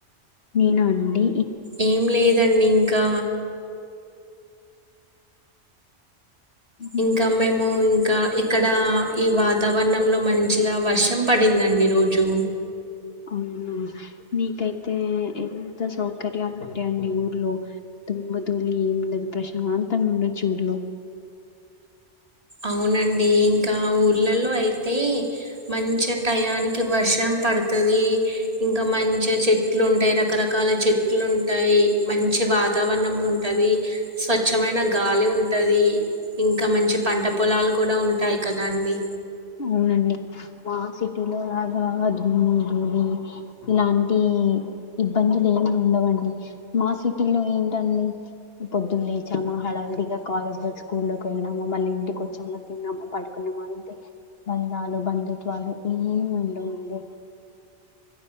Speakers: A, on the left (about 55°); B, on the right (about 30°).
A: నేనా అండి
B: ఏం లేదండి ఇంకా
A: మ్మ్.
B: ఇంకా మేము ఇంకా ఇక్కడ ఈ వాతావరణంలో మంచిగా వర్షం పడిందండి ఈ రోజు
A: అవునా నీకైతే ఎంత సౌకర్యాలు ఉంటాయండి ఊర్లో దుమ్ము ధూళి ఏమి ఉండదు ప్రశాంతంగ ఉండొచ్చు ఊర్లో
B: అవునండి ఇంకా ఊర్లలో అయితే మంచి టయానికి వర్షం పడుతుది ఇంకా మంచిగ చెట్లు ఉంటాయి రకరకాల చెట్లు ఉంటాయి మంచి వాతావరణం ఉంటది స్వచ్చ్చమైన గాలి ఉంటది ఇంకా మంచి పంట పొలాలు కూడా ఉంటాయి కదాండి
A: అవునండి మా సిటీ లో లాగా దుమ్ము ధూళి ఇలాంటియి ఇబ్బందులేమి ఉండవండి మా సిటీలో ఏంటండి పొద్దున లేచామా హడవిడిగా కాలేజ్ కో స్కూల్ కో వెళ్ళామా మళ్ళీ ఇంటికి వచ్చామా తిన్నామా పడుకున్నామా అంతే బంధాలు బంధుత్వాలు ఏమి ఉండవండి